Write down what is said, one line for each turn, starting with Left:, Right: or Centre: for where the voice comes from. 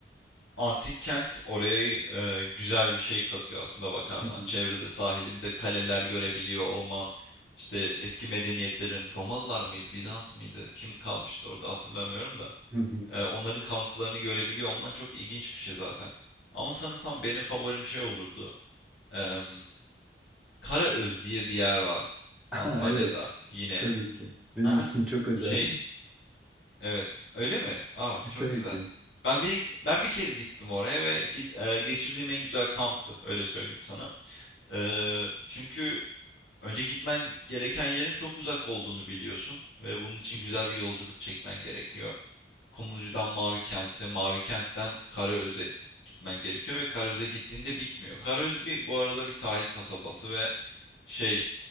Left: antik kent oraya e, güzel bir şey katıyor aslında bakarsan.
Centre: Hı hı,
Left: Çevrede sahilinde kaleler görebiliyor olman. işte eski medeniyetlerin Romalılar mıydı, Bizans mıydı? Kim kalmıştı orada hatırlamıyorum da.
Centre: hı hı.
Left: E, onların kalıntılarını görebiliyor olman çok ilginç bir şey zaten. Ama sanırsam benim favorim şey olurdu. Em, Karaöz diye bir yer var Antalya'da
Centre: <laughs> Aa, evet.
Left: yine.
Centre: Tabii ki. Benim
Left: Ha?
Centre: için çok özel.
Left: Şey evet öyle mi? Aa
Centre: <laughs>
Left: çok
Centre: Tabii
Left: güzel.
Centre: ki.
Left: Ben bir ben bir kez gittim oraya ve git- e, geçirdiğim en güzel kamptı öyle söyleyeyim sana. Eee, çünkü önce gitmen gereken yerin çok uzak olduğunu biliyorsun ve bunun için
Centre: Hı
Left: güzel
Centre: hı.
Left: bir yolculuk çekmen gerekiyor. Kumlucu'dan Mavi Kent'e, Mavi Kent'ten Karaöz'e gitmen gerekiyor ve Karaöz'e gittiğinde bitmiyor. Karaöz bir bu arada bir sahil kasabası ve şey